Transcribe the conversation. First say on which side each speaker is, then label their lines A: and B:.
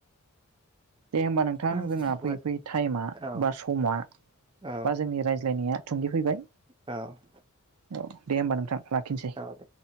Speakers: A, on the right; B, on the right.
A: दे होमबा नोंथां
B: औ
A: जोंहा फैयै फैयै टाइमा
B: औ
A: बा समा,
B: औ
A: बा जोंनि राय नाया थुंगे फैबाय।
B: औ
A: औ दे होमबा नोंथां लाखिसै।
B: औ दे